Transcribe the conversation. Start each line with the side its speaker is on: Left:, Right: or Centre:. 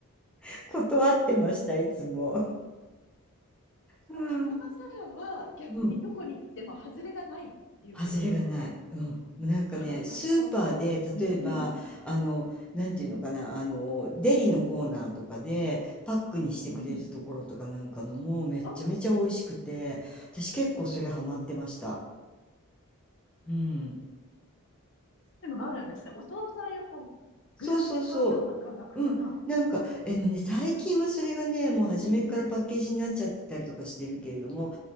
Centre: <laughs> 断ってました、いつも。うん。
Left: ティカマサラは逆にどこに行っても外れがないっていうことですか
Centre: うん外れがない。うん。もうなんかね、
Left: <laughs>
Centre: スーパーで、
Left: うん
Centre: 例えば、
Left: うん
Centre: あの、なんていうのかな、あの、デリのコーナーとかで、パックにしてくれるところとかなんかのも、
Left: うんうん。
Centre: めっちゃめちゃ美味しくて、
Left: あ、
Centre: 私結構それハマってました。うん。
Left: でもあるんですね。お惣菜をこう、
Centre: そうそうそ
Left: グラムで買うような感覚かな。
Centre: う。うん。なんか、え、もうね、最近はそれがね、もう初めからパッケージになっちゃってたりとかしてるけれども、
Left: うん